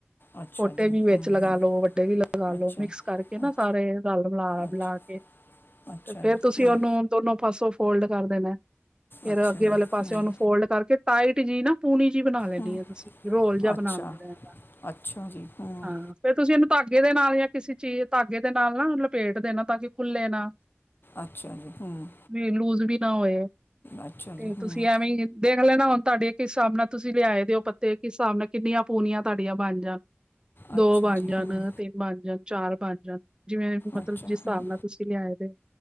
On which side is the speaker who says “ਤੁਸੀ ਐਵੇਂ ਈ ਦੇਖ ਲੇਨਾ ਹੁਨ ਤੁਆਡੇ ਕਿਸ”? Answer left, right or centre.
Right